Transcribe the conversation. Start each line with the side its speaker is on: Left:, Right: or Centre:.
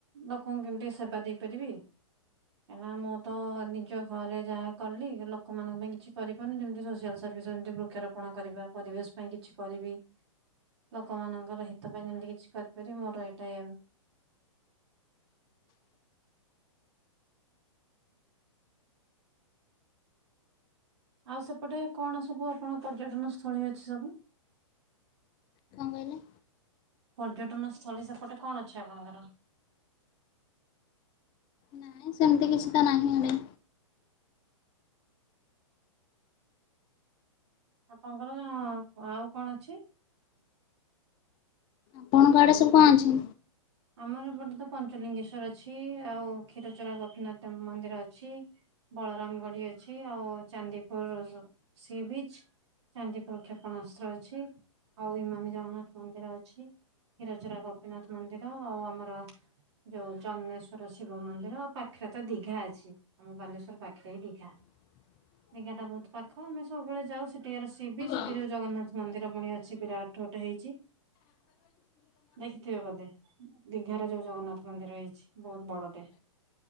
Right: ଲୋକଙ୍କୁ କେମିତି ସେବା ଦେଇପାରିବି। ଏନା ମୁଁ ତ-ନିଜ ଘରେ ଯାହା କଲି ଲୋକମାନଙ୍କ ପାଇଁ କିଛି କରି ମାନେ ଯେମିତି ସୋସିଆଲ୍ ସର୍ଭିସ୍। ଯେମିତି ବୃକ୍ଷରୋପଣ କରିବା। ପରିବେଶ ପାଇଁ କିଛି କରିବି। ଲୋକମାନଙ୍କର ହିତ ପାଇଁ ଯେମିତି କିଛି କରିପାରିବି ମୋର ଏଇଟା ଏ ଏମ୍। ଆଉ ସେପଟେ କଣ ସବୁ ଆପଣ ପର୍ଯ୍ୟଟନ ସ୍ଥଳୀ ଅଛି ସବୁ।
Left: କଣ କହିଲେ?
Right: ପର୍ଯ୍ୟଟନ ସ୍ଥଳୀ ସେପଟେ କଣ ଅଛି ଆପଣଙ୍କର।
Left: ନାଇଁ ସେମିତି କିଛି ତ ନାହିଁ ଏଣେ
Right: ଆପଣଙ୍କର--ଆଉ କଣ ଅଛି।
Left: ଆପଣଙ୍କ ଆଡ଼େ ସବୁ କଅଣ ଅଛି?
Right: ଆମର ଏପଟେ ତ ପଞ୍ଚଲିଙ୍ଗେଶ୍ଵର ଅଛି। ଆଉ କ୍ଷୀରଚୋରା ଗୋପୀନାଥ ମନ୍ଦିର ଅଛି। ବଳରାମ ଗଡି ଅଛି। ଆଉ ଚାନ୍ଦିପୁର ସି ବିଚ୍। ଚାନ୍ଦିପୁର କ୍ଷେପଣାସ୍ତ୍ର ଅଛି। ଆଉ ଇମାମୀ ଜଗନ୍ନାଥ ମନ୍ଦିର ଅଛି। କ୍ଷୀରଚୋରା ଗୋପୀନାଥ ମନ୍ଦିର। ଆଉ ଆମର ଯୋଉ ଚନ୍ଦନେଶ୍ଵର ଶିବ ମନ୍ଦିର। ପାଖରେ ତ ଦିଘା ଅଛି। ଆମ ବାଲେଶ୍ଵର ପାଖରେ ହିଁ ଦିଘା।
Left: <inaudible>
Right: ସେ ଗାଁଟା ବହୁତ ପାଖ ଆମେ ସବୁବେଳେ ଯାଉ ସେଠିକି ର ରୋଷେଇ ବି ସେଠି
Left: ହଁ
Right: ଯୋଉ ଜଗନ୍ନାଥ ମନ୍ଦିର ପୁଣି ଅଛି ବିରାଟ। ହେଇଛି ଦେଖିଥିବେ ବୋଧେ? ଦିଘାରେ ଯୋଉ ଜଗନ୍ନାଥ ମନ୍ଦିର ହେଇଛି ବହୁତ ବଡ଼ଟେ।